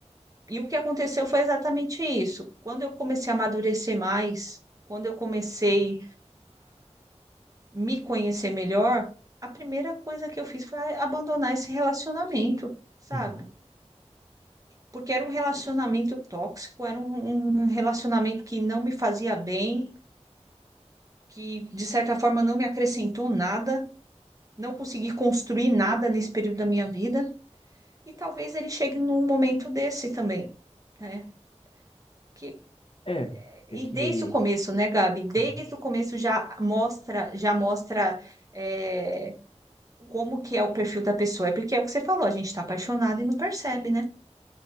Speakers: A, on the right; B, on the left.
A: E o que aconteceu foi exatamente isso. Quando eu comecei a amadurecer mais, quando eu comecei me conhecer melhor, a primeira coisa que eu fiz foi abandonar esse relacionamento, sabe?
B: Uhum.
A: Porque era um relacionamento tóxico, era um, um relacionamento que não me fazia bem, que de certa forma não me acrescentou nada, não consegui construir nada nesse período da minha vida, e talvez ele chegue num momento desse também, né? Que,
B: É,
A: e
B: é que.
A: desde o começo, né, Gabi? Desde
B: Aham.
A: o começo já mostra, já mostra eh, como que é o perfil da pessoa. É porque é o que você falou, a gente está apaixonado e não percebe, né?